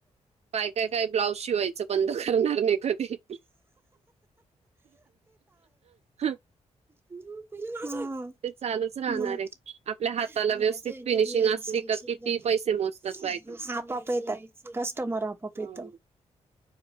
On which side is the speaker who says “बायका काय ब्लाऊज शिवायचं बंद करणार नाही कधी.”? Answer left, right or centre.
Right